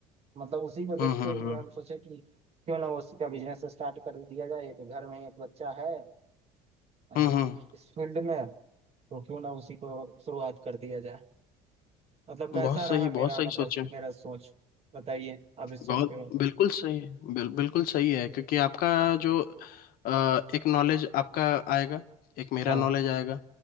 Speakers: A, on the right; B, on the left.
A: मतलब उसी को देखते
B: हम्म हम्म
A: हुए
B: हम्म
A: हम सोचे कि क्यों ना उसी का बिजनेस स्टार्ट कर दिया जाए एक घर में एक बच्चा है अ,
B: हम्म हम्म,
A: इस फील्ड में तो क्यों ना उसी को शुरुआत कर दिया जाए मतलब कैसा
B: बहुत सही
A: रहा मेरा
B: बहुत सही
A: मतलब
B: सोचे
A: मेरा सोच बताइए आप इस
B: बहुत
A: चीज के बारे
B: बिल्कुल
A: में
B: सही है बिल, बिल्कुल सही है क्योंकि आपका जो अ, एक नॉलेज आपका आएगा एक मेरा
A: हाँ
B: नॉलेज आएगा